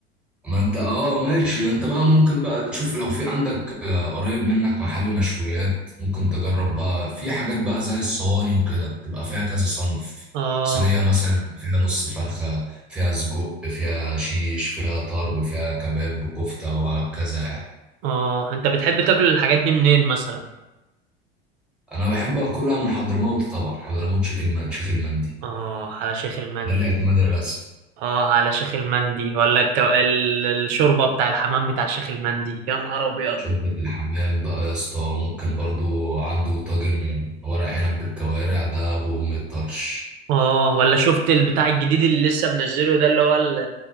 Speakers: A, in the centre; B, on the right (about 55°).
A: ما انت اه ماشي انت بقى ممكن بقى تشوف لو في عندك آه، قريب منك محل مشويات ممكن تجرب بقى في حاجات بقى زي الصواني وكده تبقى فيها كذا صنف
B: آه
A: صينية مثلا فيها نص فرخة فيها سجق فيها شيش فيها طرب فيها كباب وكفتة وهكذا يعني.
B: آه أنت بتحب تاكل الحاجات دي منين مثلا
A: انا بحب اكلها من حضرموت طبعا حضرموت شيخ المن شيخ المندي
B: آه على شيخ المندي
A: ده الاعتماد الرسمي
B: اه على شيخ المندي ولا الك... ال- الشوربه بتاع الحمام بتاع شيخ المندي يا نهار ابيض
A: شوربة الحمام بقى يا اسطى ممكن برضو عنده طاجن ورق عنب بالكوارع ده بأم الطرش
B: اه ولا شفت البتاع الجديد اللي لسه منزله ده اللي هو ال-